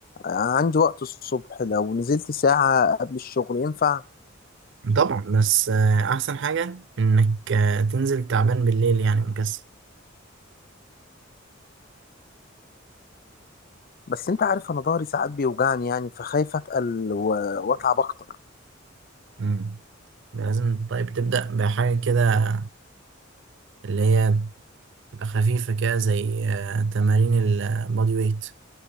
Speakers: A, on the left; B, on the right.
A: عندي وقت الصبح لو نزلت ساعة قبل الشغل ينفع
B: طبعا بس آه، احسن حاجة انك آه، تنزل تعبان بالليل يعني مكسل
A: بس انت عارف انا ضهري ساعات بيوجعني يعني فخايف اتقل و- واتعب اكتر
B: مم. لازم طيب تبدأ بحاجة كده اللي هي تبقى خفيفة كده زي آه، تمارين البادي ويت